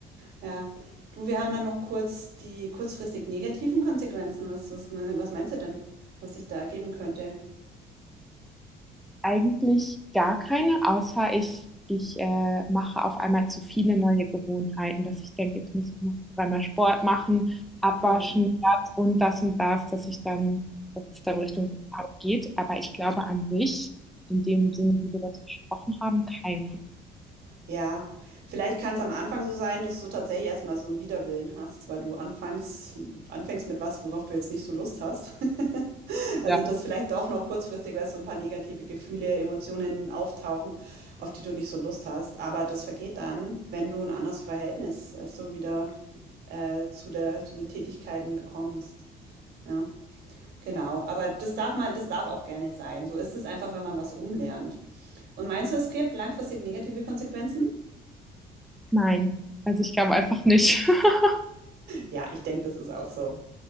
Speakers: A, on the right (about 70°); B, in the centre.
A: Ja. Du, wir haben dann noch kurz die kurzfristig negativen Konsequenzen. Was, was, was meinst du denn, was sich da ergeben könnte?
B: Eigentlich gar keine, außer ich ich, äh, mache auf einmal zu viele neue Gewohnheiten, dass ich denke, jetzt muss ich noch dreimal Sport machen, abwaschen,
A: Hm,
B: das und das und das, dass ich dann dass es dann
A: hm.
B: Richtung Burnout geht. Aber ich glaube an sich, in dem Sinne, wie wir das besprochen haben, keine.
A: Ja, vielleicht kann es am Anfang so sein, dass du tatsächlich erstmal so einen Widerwillen hast, weil du anfängst, anfängst mit was, worauf du jetzt nicht so Lust hast. <laughs> Also,
B: Ja.
A: dass vielleicht doch noch kurzfristig weißt, du so ein paar negative Gefühle, Emotionen auftauchen, auf die du nicht so Lust hast. Aber das vergeht dann, wenn du ein anderes Verhältnis, weißt du, wieder äh, zu der, zu den Tätigkeiten bekommst. Ja, genau. Aber das darf man, das darf auch gerne sein. So ist es einfach, wenn man was umlernt. Und meinst du, es gibt langfristig negative Konsequenzen?
B: Nein, also ich glaube einfach nicht. <laughs>
A: Ja, ich denke, das ist auch so.